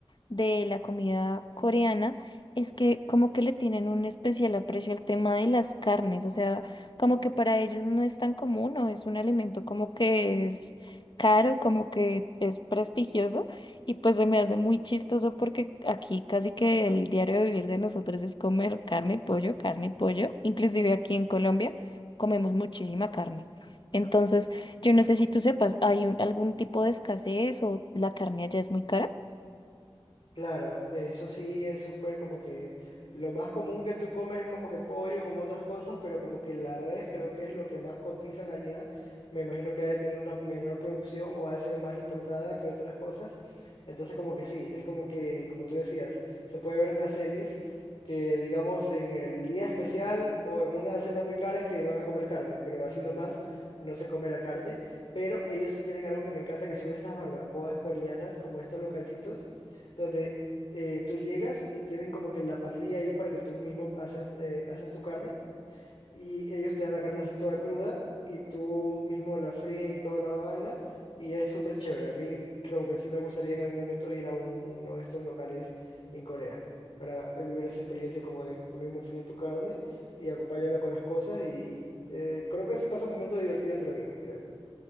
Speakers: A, on the left; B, on the left.
A: de la comida coreana es que como que le tienen un especial aprecio al tema de las carnes, o sea, como que para ellos no es tan común o es un alimento como que es caro, como que es prestigioso y pues se me hace muy chistoso porque aquí casi que el diario de vivir de nosotros es comer carne, pollo, carne, pollo, inclusive aquí en Colombia comemos muchísima carne. Entonces, yo no sé si tú sepas, ¿hay un- algún tipo de escasez o la carne allá es muy cara?
B: Claro, eso sí es súper como que lo más común que tú comes es como que pollo, como otras cosas, pero como que la res creo que es lo que más cotizan allá. Me imagino que ha de tener una menor producción o ha de ser más importada que otras cosas. Entonces como que sí, es como que, como tú decías, se puede ver en las series que digamos en el día especial o en una cena muy cara es que van a comer carne, pero así nomás no se come la carne. Pero ellos sí tienen algo que me encanta que son estas barbacoas coreanas, como estos localcitos donde eh, tú llegas y tienen como que la parrilla ahí para que tú mismo haces, eh, haces tu carne y ellos te dan la carne así toda cruda y tú mismo la fríes y toda la vaina y es súper chévere. A mí creo que sí me gustaría en algún momento ir a uno de estos locales en Corea para eh, vivir esa experiencia como de tú mismo fríes tu carne y acompañarla con las cosas y eh, creo que se pasa un momento divertido entre amigos, creo.